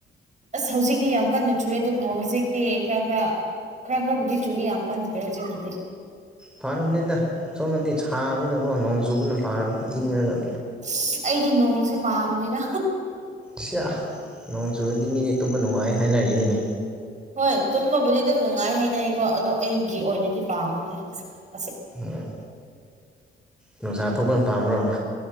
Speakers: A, on the right; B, in the centre.
A: ꯑꯁ ꯍꯧꯖꯤꯛꯇꯤ ꯌꯥꯝ ꯀꯟꯅ ꯆꯨꯋꯦ ꯑꯗꯨꯕꯨ ꯍꯧꯖꯤꯛꯇꯤ ꯈꯔ ꯈꯔ ꯈꯔ ꯈꯔꯕꯨꯗꯤ ꯆꯨꯏ ꯌꯥꯝ ꯀꯟꯗ꯭ꯔꯦ ꯍꯧꯖꯤꯛꯄꯨꯗꯤ
B: ꯐꯥꯔꯕꯅꯤꯗ ꯁꯣꯝꯅꯗꯤ ꯁꯥꯕꯅꯤꯅꯀꯣ ꯅꯣꯡ ꯆꯨꯕꯅ ꯐꯥꯔꯕꯅꯤ ꯏꯪꯉꯒ
A: ꯏꯁ ꯑꯩꯗꯤ ꯅꯣꯡꯁꯦ ꯄꯥꯝꯗꯦꯗ꯫
B: ꯁꯤꯌꯥ ꯅꯣꯡ ꯆꯨꯔꯗꯤ ꯃꯤꯁꯦ ꯇꯨꯝꯕ ꯅꯨꯡꯉꯥꯏ ꯍꯥꯏꯅꯔꯅꯤꯅꯦ
A: ꯍꯣꯏ ꯇꯨꯝꯕꯕꯨꯗꯤ ꯑꯗꯨꯝ ꯅꯨꯡꯉꯥꯏ ꯍꯥꯏꯅꯩꯀꯣ ꯑꯗꯣ ꯑꯩꯒꯤ ꯑꯣꯏꯅꯗꯤ ꯄꯥꯝꯗꯦ ꯫
B: ꯑꯣ ꯅꯨꯡꯁꯥ ꯊꯣꯛꯄꯅ ꯄꯥꯝꯕ꯭ꯔꯣ ꯫